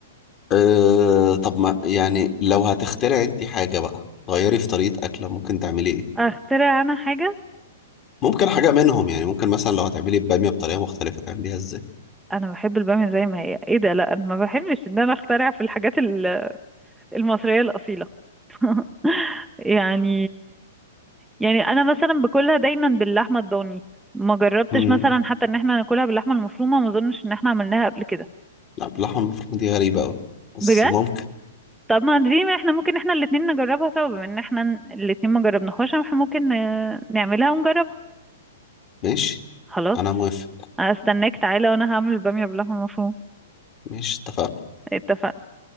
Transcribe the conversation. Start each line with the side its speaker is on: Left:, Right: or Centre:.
Left: أه... طب ما يعني لو هتخترعي أنت حاجة بقى غيري في طريقة أكلة ممكن تعملي إيه؟
Centre: اخترع انا حاجة
Left: ممكن حاجة منهم يعني ممكن مثلا لو هتعملي البامية بطريقة مختلفة تعمليها ازاي
Centre: انا بحب الباميه زي ما هي ايه ده لا انا ما بحبش ان انا اخترع في الحاجات ال- المصريه الاصيله <laughs> يعني يعني انا مثلا باكلها دايما باللحمه الضاني ما جربتش
Left: امم
Centre: مثلا حتى ان احنا ناكلها باللحمه المفرومه ما اظنش ان احنا عملناها قبل كده
Left: لا باللحمة المفرومة دي غريبة أوي بس
Centre: بجد
Left: ممكن
Centre: طب ما دي ما احنا ممكن احنا الاتنين نجربها سوا بما ان احنا الاتنين ما جربناهاش احنا ممكن ن- نعملها ونجربها
Left: ماشي
Centre: خلاص
Left: أنا موافق
Centre: استناك تعالى وانا هعمل الباميه باللحمه المفرومه
Left: ماشي اتفقنا
Centre: اتفقنا